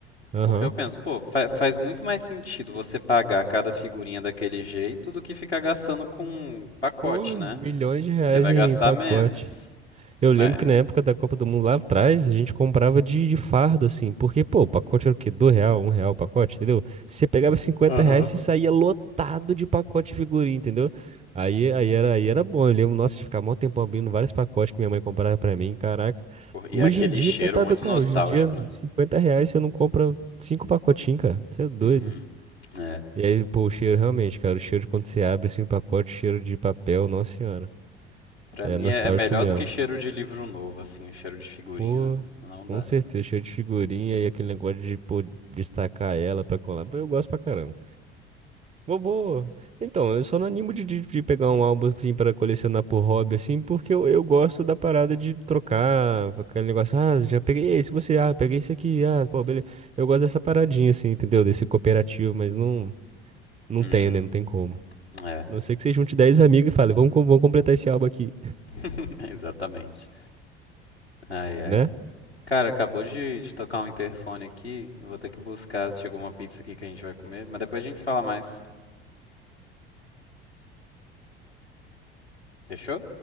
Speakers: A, on the right; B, on the left.
A: Aham.
B: Porque eu penso, pô, fa- faz muito mais sentido você pagar cada figurinha daquele jeito do que ficar gastando com um pacote,
A: Pô, milhões
B: né?
A: de reais
B: Você vai
A: em
B: gastar
A: pacote.
B: menos.
A: Eu
B: Mas...
A: lembro que na
B: <laughs>
A: época da Copa do Mundo lá atrás, a gente comprava de, de fardo, assim. Porque, pô, o pacote era o quê? Do real, um real o pacote, entendeu? Se você pegava cinquenta
B: Aham.
A: reais, você saía lotado de pacote de figurinha, entendeu? Aí, aí, era, aí era bom. Eu lembro, nossa, de ficar mó tempão abrindo vários pacotes que minha mãe comprava pra mim, caraca.
B: Pô, E
A: Hoje
B: é aquele
A: em dia,
B: cheiro
A: você tá
B: muito
A: do... Cara,
B: nostálgico,
A: hoje em dia,
B: né?
A: 50 reais você não compra cinco pacotinhos, cara. Você é doido.
B: Uhum. É.
A: E aí, pô, o cheiro realmente, cara, o cheiro de quando você abre assim o pacote, cheiro de papel, nossa senhora.
B: Pra
A: É
B: mim
A: nostálgico
B: é é melhor
A: mesmo.
B: do que cheiro de livro novo, assim, o cheiro de figurinha
A: Pô,
B: não
A: com
B: dá.
A: certeza, cheiro de figurinha e aquele negócio de, pô, destacar ela pra colar. Pô, Eu gosto pra caramba. Vou, vou. Então, eu só não animo de, de, de pegar um álbum assim pra colecionar por hobby, assim, porque eu, eu gosto da parada de trocar, aquele negócio, ah, já peguei esse, você, ah, peguei esse aqui, ah, pô, beleza. Eu gosto dessa paradinha, assim, entendeu? Desse cooperativo, mas não, não
B: Uhum.
A: tenho, né? Não tem como.
B: É.
A: Não sei que você junte 10 amigos e fale, vamos, co- vamos completar esse álbum aqui,
B: <laughs> Exatamente. Ai, ai.
A: né?
B: Cara, acabou de, de tocar um interfone aqui. Eu vou ter que buscar. Chegou uma pizza aqui que a gente vai comer. Mas depois a gente se fala mais. Fechou?